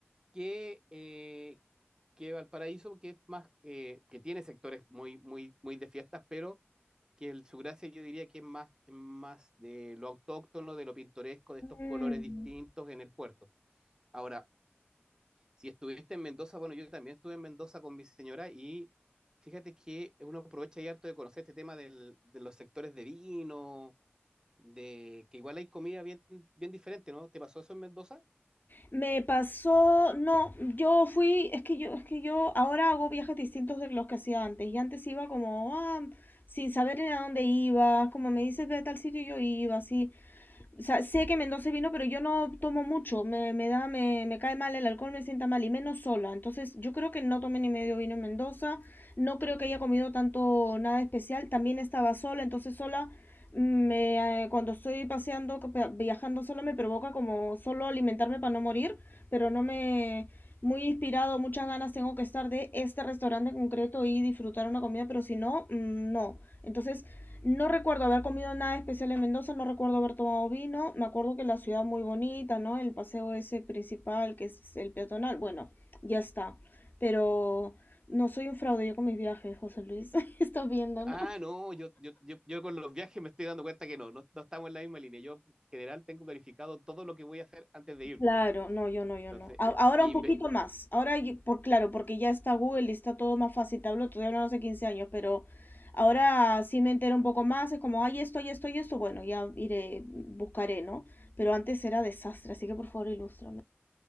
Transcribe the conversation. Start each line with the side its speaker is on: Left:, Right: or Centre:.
Right: que, eh, que Valparaíso, que es más, eh, que tiene sectores muy, muy, muy de fiestas, pero que el- su gracia yo diría que es más, es más de lo autóctono, de lo pintoresco, de
Left: Mm.
Right: estos colores distintos en el puerto. Ahora, si estuviste en Mendoza, bueno, yo también estuve en Mendoza con mi señora y fíjate que uno aprovecha y harto de conocer este tema del- de los sectores de vino, de que igual hay comida bien, bien diferente, ¿no? ¿Te pasó eso en Mendoza?
Left: Me pasó, no, yo fui, es que yo, es que yo ahora hago viajes distintos de los que hacía antes. Y antes iba como, ah, sin saber ni a dónde iba, como me dices, ve a tal sitio, yo iba, así. O sea, sé que Mendoza vino, pero yo no tomo mucho. Me, me da, me, me cae mal el alcohol, me sienta mal y menos sola. Entonces, yo creo que no tomé ni medio vino en Mendoza. No creo que haya comido tanto nada especial. También estaba sola, entonces sola mm, me, eh, cuando estoy paseando, viajando sola me provoca como solo alimentarme para no morir, pero no me muy inspirado, muchas ganas tengo que estar de este restaurante en concreto y disfrutar una comida, pero si no, mm, no. Entonces, no recuerdo haber comido nada especial en Mendoza, no recuerdo haber tomado vino. Me acuerdo que la ciudad muy bonita, ¿no? El paseo ese principal, que es el peatonal. Bueno, ya está. Pero no soy un fraude yo con mis viajes, José Luis. <laughs> Estás viendo, ¿no?
Right: Ah, no, yo, yo, yo, yo con los viajes me estoy dando cuenta que no, no, no estamos en la misma línea. Yo en general tengo planificado todo lo que voy a hacer antes de irme.
Left: Claro, no, yo no, yo
Right: Entonces,
Left: no. A- ahora
Right: inve-
Left: un poquito más. Ahora, yo- por claro, porque ya está Google y está todo más fácil. Te hablo, todavía no hace 15 años, pero ahora sí me entero un poco más. Es como, ay, esto, ay, esto, y esto. Bueno, ya iré, buscaré, ¿no? Pero antes era desastre, así que por favor, ilústrame.